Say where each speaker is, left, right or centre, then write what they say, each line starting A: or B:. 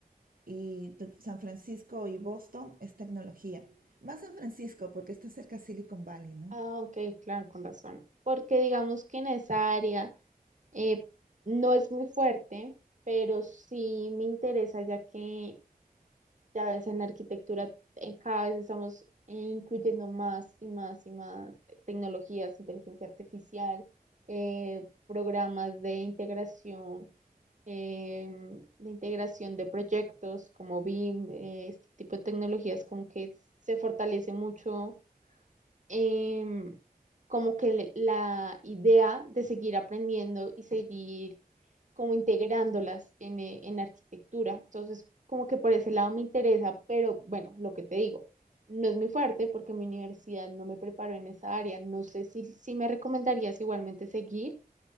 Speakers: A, on the right; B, on the right.
A: y San Francisco y Boston es tecnología. Más San Francisco porque está cerca de Silicon Valley, ¿no?
B: Ah, ok, claro, con razón. Porque digamos que en esa área eh, no es muy fuerte, pero sí me interesa ya que ya ves en la arquitectura eh, cada vez estamos incluyendo más y más y más tecnologías, inteligencia artificial, eh, programas de integración, em, de integración de proyectos como BIM, eh, este tipo de tecnologías como que se fortalece mucho em, como que le- la idea de seguir aprendiendo y seguir como integrándolas en, eh, en arquitectura. Entonces, como que por ese lado me interesa, pero bueno, lo que te digo, no es muy fuerte porque mi universidad no me preparó en esa área. No sé si, si me recomendarías igualmente seguir,